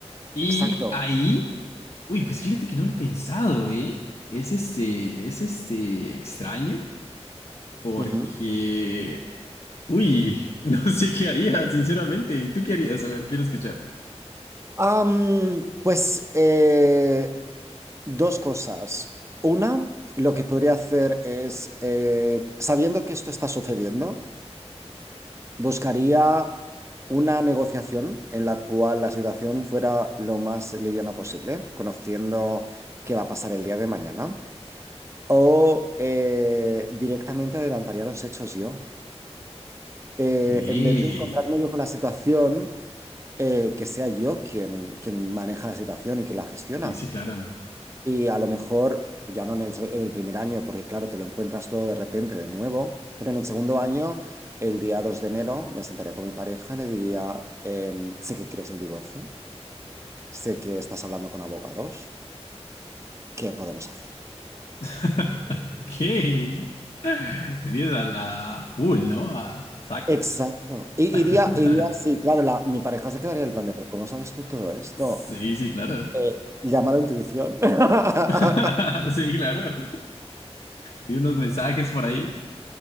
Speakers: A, on the left; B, on the right.
A: Y
B: exacto.
A: ahí, uy, pues fíjate que no lo he pensado, ¿eh? Es este, es este extraño porque,
B: Ujú.
A: uy, <laughs> no sé qué haría, sinceramente. ¿Y ¿Tú qué harías? A ver, quiero escuchar.
B: Am, pues eh, dos cosas. Una, lo que podría hacer es, eh, sabiendo que esto está sucediendo, buscaría una negociación en la cual la situación fuera lo más liviana posible, conociendo qué va a pasar el día de mañana. O eh, directamente adelantaría los hechos yo. Eh,
A: Ok. Sí,
B: en vez de encontrarme yo con la situación, eh, que sea yo quien, quien maneja la situación y quien la gestiona.
A: sí, claro.
B: Y a lo mejor, ya no en el, se- en el primer año, porque claro, te lo encuentras todo de repente de nuevo, pero en el segundo año, el día 2 de enero, me sentaría con mi pareja y le diría, em, sé que quieres el divorcio, sé que estás hablando con abogados, ¿qué podemos hacer?
A: <laughs> Ok. Tenías a, la- a full, ¿no? A, a saco.
B: Exacto. Y
A: <laughs>
B: iría, iría, sí, claro, la- mi pareja se quedaría en el plan de, pero ¿cómo sabes tú todo esto?
A: Sí, sí, claro.
B: Eh, llámalo intuición. <laughs>
A: <laughs> Sí, claro. Vi unos mensajes por ahí.